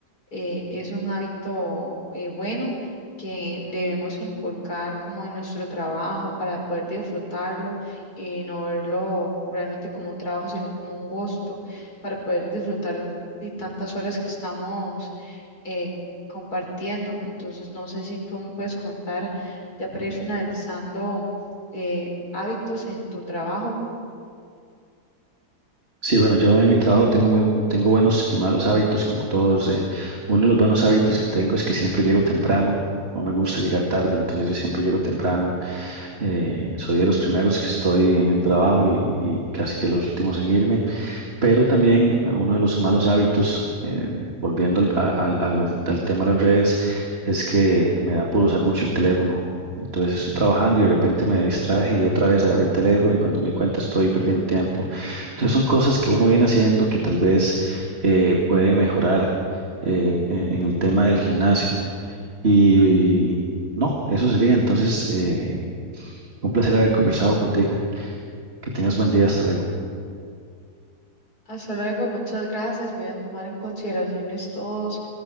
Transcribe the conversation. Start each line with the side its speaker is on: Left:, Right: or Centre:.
Left: eh, es un hábito eh, bueno. que debemos inculcar como en nuestro trabajo para poder disfrutarlo y no verlo realmente como un trabajo, sino como un gusto para poder disfrutar de tantas horas que estamos eh, compartiendo. Entonces, no sé si tú me puedes comentar, ya para ir finalizando, eh, hábitos en tu trabajo.
Right: Sí, bueno, yo en mi trabajo tengo muy, tengo buenos y malos hábitos, como todos. eh. Uno de los buenos hábitos que tengo es que siempre llego temprano. No me gusta llegar tarde, entonces yo siempre llego temprano. eh, soy de los primeros que estoy en el trabajo y, y casi que los últimos en irme. Pero también eh, uno de los malos hábitos, eh, volviendo al, a- al- a lo- al tema de las redes, es que me da por usar mucho el teléfono. Entonces estoy trabajando y de repente me distraje y otra vez agarré el teléfono y cuando me di cuenta estoy perdiendo tiempo. Entonces son cosas que uno viene haciendo que tal vez eh, puede mejorar en, en- en el tema del gimnasio. Y, y no, eso sería. Entonces, eh, un placer haber conversado contigo. Que tengas buen día. Hasta luego.
Left: Hasta luego, muchas gracias. Voy a tomar en consideración todos